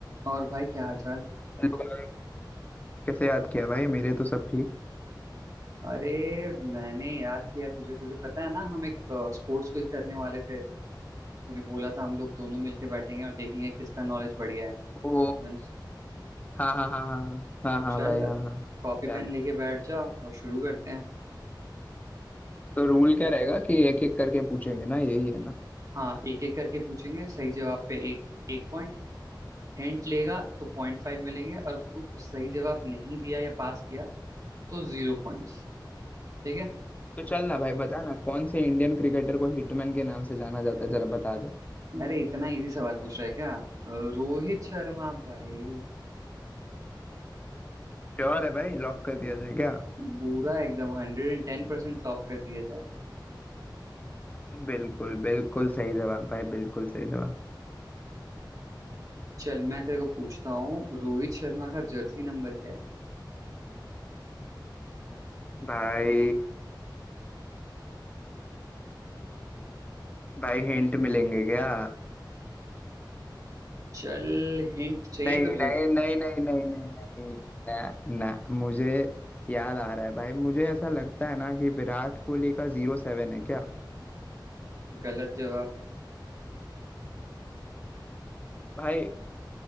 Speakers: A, on the right; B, on the left.
A: और भाई क्या हाल चाल
B: Hello भाई कैसे याद किया भाई मेरे तो सब ठीक
A: अरे मैंने याद किया तुझे तुझे पता है ना हम एक स्पोर्ट्स क्विज करने वाले थे तूने बोला था हम लोग दोनों मिलके बैठेंगे और देखेंगे किसका नॉलेज बढ़िया है
B: ओ
A: तो मैंने स-
B: हाँ हाँ हाँ हाँ हाँ हाँ
A: तो
B: हाँ
A: चल
B: भाई हाँ हाँ हाँ,
A: कॉपी पेन
B: याद है
A: लेके बैठ जा और शुरू करते हैं
B: तो रूल क्या रहेगा कि एक एक करके पूछेंगे ना यही है ना
A: हाँ एक एक करके पूछेंगे सही जवाब पे एक एक पॉइंट हिंट लेगा तो पॉइंट फाइव मिलेंगे और कु- सही जवाब नहीं दिया या पास किया तो जीरो पॉइंट्स ठीक है
B: तो चल ना भाई बता ना कौन से इंडियन क्रिकेटर को हिटमैन के नाम से जाना जाता है जरा बता दे
A: अरे इतना इजी सवाल पूछ रहा है क्या अ, रोहित शर्मा भाई
B: श्योर है भाई लॉक कर दिया जाए क्या
A: बुरा एकदम हंड्रेड एंड टेन परसेंट लॉक कर दिया जाए
B: बिल्कुल बिल्कुल सही जवाब भाई बिल्कुल सही जवाब
A: चल मैं तेरे को पूछता हूँ रोहित शर्मा का जर्सी नंबर क्या है
B: भाई भाई हिंट मिलेंगे क्या
A: चल हिंट चाहिए
B: नहीं
A: तुझे
B: नहीं नहीं नहीं नहीं नहीं नहीं ना मुझे याद आ रहा है भाई मुझे ऐसा लगता है ना कि विराट कोहली का जीरो सेवन है क्या
A: गलत जवाब
B: भाई